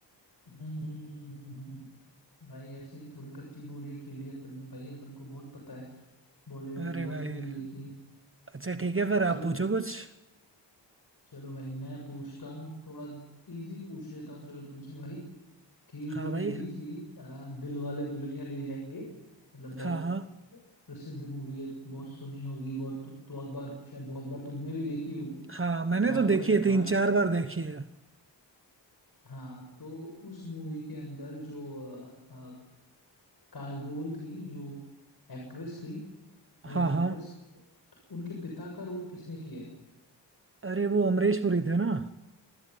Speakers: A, on the left; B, on the right.
A: हम्म हम्म, हम्म, हम्म, हम्म। भाई ऐसे ही थोड़ी कच्ची गोलियां खेली अपन ने भाई अपन को बहुत पता है बॉलीवुड
B: अरे
A: की बहुत
B: भाई
A: मूवी देखी है
B: अच्छा ठीक है फिर
A: चलो
B: आप पूछो कुछ
A: चलो भाई मैं पूछता हूँ थोड़ा इजी पूछ लेता हूँ चलो तुमसे भाई कि
B: हाँ
A: जो मूवी
B: भाई
A: थी आ, दिल वाले दुल्हनिया ले जाएंगे मतलब बहुत
B: हाँ हाँ
A: प्रसिद्ध मूवी है बहुत सुनी होगी बहुत बहुत बार शायद बहुत बार तुमने भी देखी होगी
B: हाँ मैंने
A: शाहरुख
B: तो देखी
A: खान
B: है तीन
A: का
B: चार बार देखी है
A: हाँ तो उस मूवी के अंदर जो अ, अ, काजोल थी जो एक्ट्रेस थी मेन
B: हाँ
A: एक्ट्रेस
B: हाँ
A: उनके पिता का रोल किसने किया है
B: अरे वो अमरीश पुरी थे ना